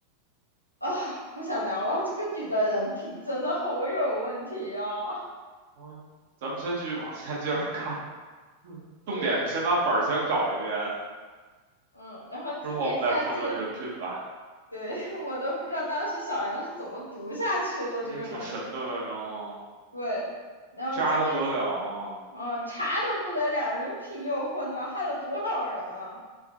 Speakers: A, on the left; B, on the right.
A: 啊，不想聊了。这个女的人品真的好有问题哦。
B: 嗯，咱们先继续往下接着看吧，重点是先把本儿先搞一遍，
A: 对，嗯，然后今年夏天，
B: 之后我们再评论人品吧，
A: 对，<laughs> 我都不知道当时小杨是怎么读下去的这个人品。
B: 因为挺神的，反正
A: 对，然后今年，
B: 渣的不得了啊，
A: 嗯，查的不得了，人品又混乱，害了多少人啊！